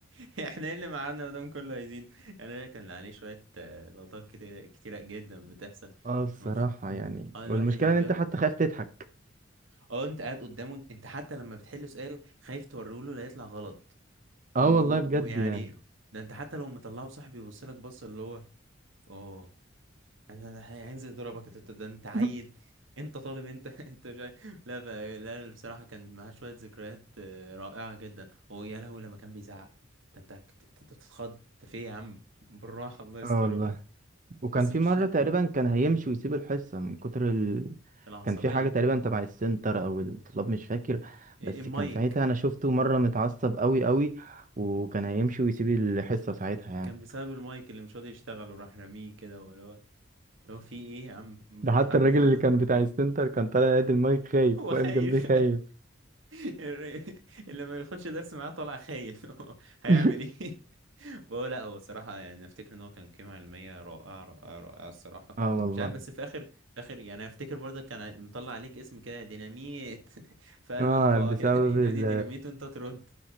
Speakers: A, on the right; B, on the right.
A: <laughs> احنا ايه اللي معانا ما دام كله هيزيد يعني انا كان عليه شويه آه، لقطات كتير كتيره جدا بتحصل
B: اه الصراحة
A: اوف
B: يعني
A: اه الواحد
B: والمشكلة
A: يعني
B: ان
A: بيقعد
B: انت حتى خايف تضحك
A: اه انت قاعد قدامه انت حتى لما بتحل سؤال خايف توريهوله لا يطلع غلط
B: اه
A: و-
B: والله بجد
A: ويعني
B: يعني
A: ده انت حتى لو مطلعه صح بيبص لك بص اللي هو اه انا أنا هي- هينزل يضربك انت ده انت عيل
B: <laughs>
A: انت طالب انت <laughs> انت مش عارف. لا ف... لا بصراحه كان معاه شويه ذكريات آه، رائعه جدا ويا لهوي لما كان بيزعق ده انت كنت كنت بتتخض انت في إيه يا عم بالراحه الله يسترها
B: اه والله وكان
A: بس
B: في
A: مش
B: مرة تقريبا كان هيمشي
A: امم
B: ويسيب الحصة من كتر ال...
A: العصبيه
B: كان في حاجة تقريبا تبع السنتر أو الطلاب مش فاكر بس
A: إيه- المايك
B: كان ساعتها أنا شفته مرة متعصب أوي أوي وكان هيمشي ويسيب الحصة ساعتها يعني
A: كان بسبب المايك اللي مش راضي يشتغل وراح راميه كده واللي هو اللي هو في ايه يا عم بالراحه
B: ده حتى
A: الله
B: الراجل
A: ينور
B: اللي كان بتاع السنتر كان طالع يد المايك خايف
A: هو
B: واقف
A: خايف
B: جنبيه خايف
A: <laughs> اللي ما بياخدش درس معاه طالع خايف <laughs> هيعمل
B: <laughs>
A: ايه فهو لا هو صراحة يعني أفتكر إن هو كان قيمة علمية رائعة رائعة رائعة الصراحة
B: اه والله
A: مش عارف بس في آخر آخر يعني أفتكر برضه كان مطلع عليك اسم كده ديناميت <laughs> في قلب
B: اه
A: القاعة
B: بسبب
A: كده <laughs> ينادي
B: ال...
A: ديناميت وأنت ترد